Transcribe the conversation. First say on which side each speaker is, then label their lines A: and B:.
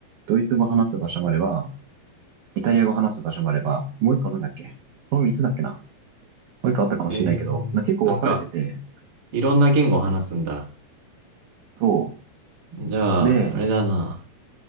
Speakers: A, on the right (about 75°); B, on the right (about 50°).
A: ドイツ語を話す場所もあれば、イタリア語を話す場所もあれば、もう一個なんだっけこの三つだっけなもう一個あったかもしれないけど、
B: えー、
A: な結構分かれてて、
B: なんかいろんな言語を話すんだ。
A: そ
B: じゃあ、
A: う。で、
B: あれだな。